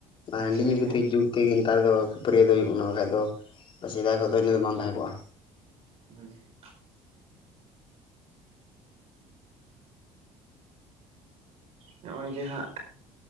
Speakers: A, on the right (about 55°); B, on the left (about 45°).
A: ᱟᱪᱪᱷᱟ
B: ᱦᱟᱺᱰᱤ ᱧᱩ
A: ᱦᱮᱸ
B: ᱠᱟᱛᱟᱜ ᱛᱮᱜᱮ ᱱᱮᱛᱟᱨ ᱫᱚ ᱠᱷᱟᱹᱯᱟᱹᱨᱤᱭᱟᱹ ᱫᱚ ᱦᱩᱭᱩᱜ ᱚᱱᱟ ᱵᱟᱠᱷᱟᱡ ᱫᱚ ᱥᱮᱫᱟᱭ ᱠᱷᱚᱱ ᱫᱚ ᱤᱱᱟᱹ ᱫᱚ ᱵᱟᱝ ᱛᱟᱦᱮᱸᱠᱚᱜᱼᱟ
A: ᱦᱩᱸ ᱱᱚᱜᱼᱚᱭ ᱡᱮ ᱦᱟᱸᱜ